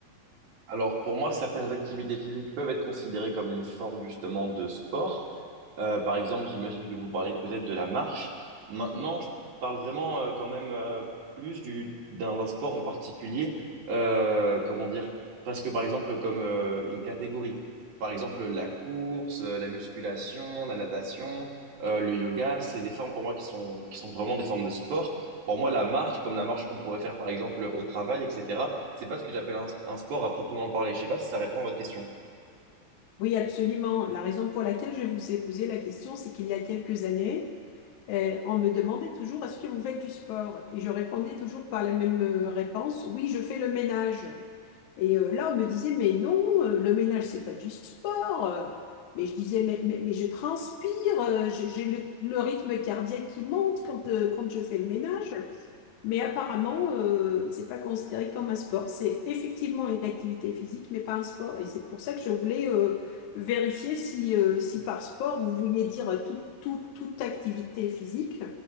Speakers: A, on the right; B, on the left.
A: Alors, pour moi, certaines activités physiques peuvent être considérées comme une forme justement de sport. Euh, par exemple, j'imagine que vous parlez peut-être de la marche. Maintenant, je parle vraiment euh, quand même euh, plus du d'un d'un sport en particulier. Euh, comment dire? Presque par exemple comme euh, une catégorie. Par exemple, la course, euh, la musculation, la natation, euh, le yoga, c'est des formes pour moi qui sont qui sont vraiment des formes de sport. Pour moi, la marche, comme la marche qu'on pourrait faire par exemple au travail, etc., c'est pas ce que j'appelle un, un sport à proprement parler. Je sais pas si ça répond à votre question.
B: Oui, absolument. La raison pour laquelle je vous ai posé la question, c'est qu'il y a quelques années, eh, on me demandait toujours est-ce que vous faites du sport? Et je répondais toujours par la même euh, réponse, oui, je fais le ménage. Et euh, là, on me disait, mais non, euh, le ménage, c'est pas du sport. euh. mais je disais, mais, mais, mais je transpire, euh, j'ai j'ai le, le rythme cardiaque qui monte quand, euh, quand je fais le ménage. Mais apparemment, euh, c'est pas considéré comme un sport. C'est effectivement une activité physique, mais pas un sport. Et c'est pour ça que je voulais euh, vérifier si, euh, si par sport, vous vouliez dire tout- tout- toute activité physique,